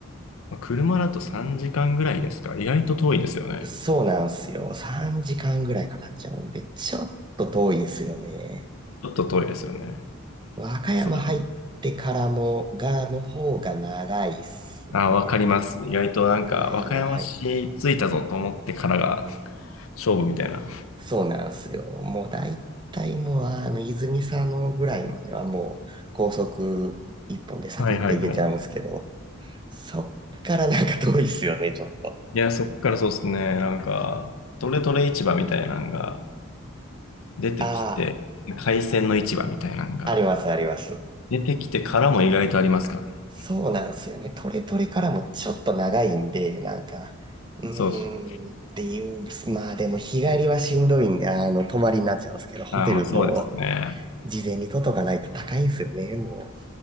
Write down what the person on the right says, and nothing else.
そうなんすよ。3時間ぐらいかかっちゃうんで、ちょっと遠いんすよね。
和歌山入ってからも、
が、の方が長いっすね。
和歌山入っ
そうなんすよ。もう大体もう、あの、泉佐野ぐらいまではもう、高速一本でサクッと行けちゃうんすけど、
そっからなんか遠いっすよね、ちょっと。
あ
あ、ありますあります。
そうなんですよね。トレトレからもちょっと長いんで、なんか、うーんっていう、
まあでも日帰りはしんどいんで、あの、泊まりになっちゃうんですけど、ホテルも
事前に取っとかないと高いんですよね、もう。